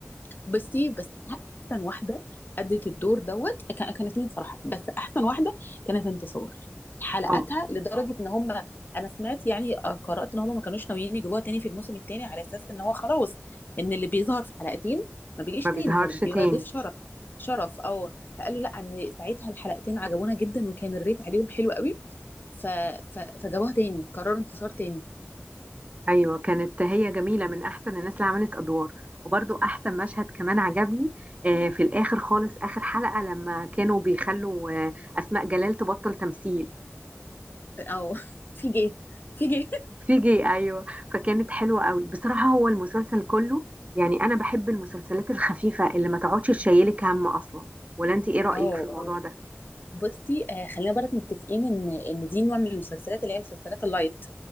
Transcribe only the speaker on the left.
بصي بس احسن واحده ادت الدور دوت كا- كانت مين صراحه بس احسن واحده كانت انتصار حلقتها
لدرجه اه ان هم انا سمعت يعني آه، قرات ان هم ما كانوش ناويين يجيبوها تاني في الموسم التاني على اساس ان هو خلاص ان اللي بيظهر في حلقتين ما بيجيش
تاني
كان
بيبقى ضيف شرف شرف او فقالوا لا ان ساعتها الحلقتين عجبونا جدا وكان الريت عليهم حلو قوي ف... ف... فجابوها تاني قرروا انتصار تاني
او <laughs> في جه في جه
اه
بصي آه خلينا برك متفقين ان ان دي نوع من المسلسلات اللي هي مسلسلات اللايت